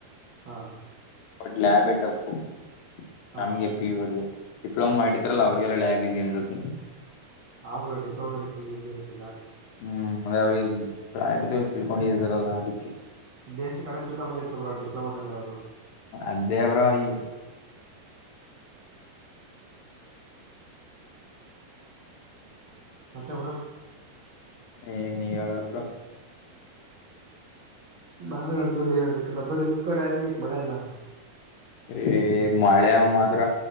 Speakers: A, on the right; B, on the left.
A: ಹಾ
B: ಒಟ್ಲ ಆಬೇಟಪ್ಪು
A: ಹಾ
B: ನಮ್ಗೆ ಪಿಯೂರ್ಗೆ ಡಿಪ್ಲೋಮ ಆತ್ರಲ್ಲ ಅವರಿಗೆ ಬಿಜಿ ಅಂದ್ರು <inaudible>
A: ಅವರು ಡಿಪ್ಲೊಮರಿಫಲ್ ಈಸಿ ಇರುತ್ತಲ್ಲ
B: ಹ್ಮ್ ಅಂದ್ರೆ ಅವ್ರ ಪ್ರಾಕ್ಟಿಕಲ್ ತಿಳ್ಕೊಂಡಿದಾರಲ್ಲಾ ಅದಕ್ಕೆ
A: ಬೇಸಿಕ್ಲತಿತ್ರಕಾವುಲಿ ಹತ್ರ ಮಾಡರು ಡಿಪ್ಲೊಮಾದಲ್ಲ ಅವರು
B: ಅದೇ ಬ್ರೋ ಇವ್
A: ಮತ್ತೆ ಅವರ
B: ಏ ನೀವ ಹೇಳ ಒಬ್ರ
A: ನಾವ್ ಹೇಳ್ತ ನೀವ್ ಹೇಳ್ಬೇಕಿಲ್ಲ ಬದಿ ಮು ಕಡೆ ಹೆಂಗೆ ಐತ್ ಮಳೆಲ್ಲಾ
B: ಏ ಮಳೆ ಮಾತ್ರ